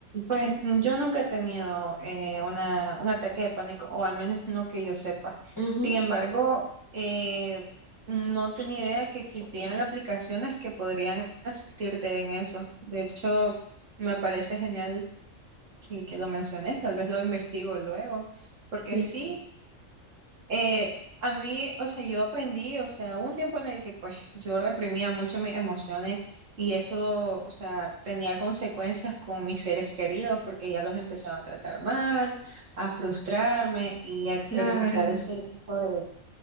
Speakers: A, on the right; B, on the left.
A: pues mm, yo nunca he tenido eh, una, un ataque de pánico, o al menos no que yo sepa.
B: Ujú,
A: Sin embargo, eh, no tenía idea que existían aplicaciones que podrían asistirte en eso. De hecho, me parece genial que, que lo menciones, tal vez lo investigo luego, porque
B: Sí,
A: sí. Eh, a mí, o sea, yo aprendí, o sea, hubo un tiempo en el que pues yo reprimía mucho mis emociones y eso, o sea, tenía consecuencias con mis seres queridos porque ya los empezaba a tratar mal, a frustrarme y a exteriorizar
B: claro,
A: ese tipo de,